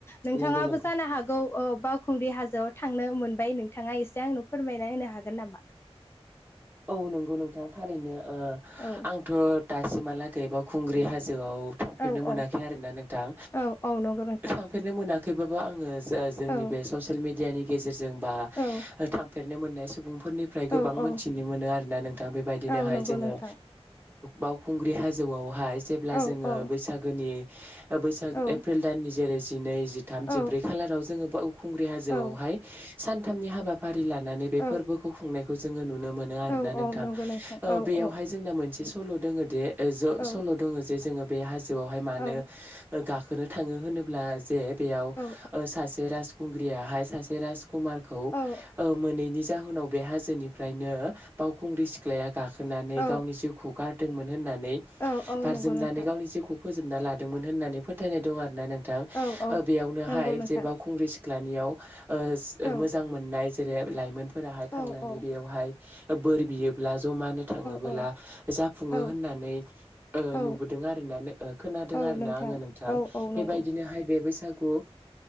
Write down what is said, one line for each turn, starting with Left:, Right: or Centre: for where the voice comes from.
Left: नोंथाङाबो
Right: नंगौ नंगौ।
Left: जानो हागौ बावखुंग्रि हाजोआव थांनो मोनबाय नोंथाङा एसे आंनो फोरमायना होनो हागोन नामा?
Right: औ नंगौ नोंथाङा थारैनो
Left: औ
Right: आंथ' दासिमहालागै बाव खुंग्रि हाजो आव थांफेरनो
Left: औ
Right: मोनाखै
Left: औ
Right: आरो नोंथां
Left: औ औ नंगौ नोंथां
Right: थांफेरनो मोनाखैबाबो आङो जोंनि
Left: औ
Right: बे ससियेल मेडियानि गेजेरजों बा
Left: औ
Right: थांफेरनो मोननाय सुबुं फोरनिफ्राय गोबां
Left: औ
Right: मोनथिनो
Left: औ
Right: मोनो आरोना नोंथां बेबायदिनोहाय
Left: औ नंगौ
Right: जोङो
Left: नोंथां
Right: बावखुंग्रि हाजोआवहाय जेब्ला
Left: औ
Right: जोङो
Left: औ
Right: बैसागुनि बैसाग
Left: औ
Right: एप्रिल दाननि जेरै जिनै जिथाम
Left: औ
Right: जिब्रै खालार जोङो बावखुंग्रि हाजोआवहाय
Left: औ
Right: सानथामनि हाबाफारि लानानै बे
Left: औ
Right: फोरबोखौ खुंनायखौ जों नुनो मोनो आरोना
Left: औ
Right: नोंथां
Left: औ नंगौ नोंथां औ
Right: बेयावहाय
Left: औ
Right: जोंना मोनसे सल' दङ दे
Left: औ
Right: सल' दङ जे जोङो बे हाजोआवहाय मानो
Left: औ
Right: गाखोनो थाङो होनोब्ला जे बेयाव
Left: औ
Right: सासे राजखुंग्रियाहाय सासे राज कुमारखौ
Left: औ
Right: मोनैनि जाहोनाव बे हाजोनिफ्रायनो बावखुंग्रि सिख्लाया गाखोनानै
Left: औ
Right: गावनि जिउखौ गारदोंमोन होननानै
Left: औ औ
Right: बार्जुमनानै
Left: नंगौ नोंथां
Right: गावनि जिउखौ फोजोबना लादोंमोन होननानै फोथायनाय दं आरोना नोंथां
Left: औ औ
Right: बेयावनोहाय
Left: नंगौ नोंथां
Right: जे बावखुंग्रि सिख्लानियाव
Left: औ
Right: मोजां मोननाय जेरै लाइमोनफोराहाय
Left: औ
Right: थांनानै
Left: औ
Right: बेयावहाय बोर बियोब्ला जमानो थाङोबोला
Left: औ
Right: जाफुङो
Left: औ
Right: होननानै ओ
Left: औ
Right: नुबोदों आरोना खोनादों
Left: औ
Right: आरोना आङो नोंथां
Left: औ औ
Right: बेबायदिनोहाय
Left: नंगौ
Right: बे बैसागु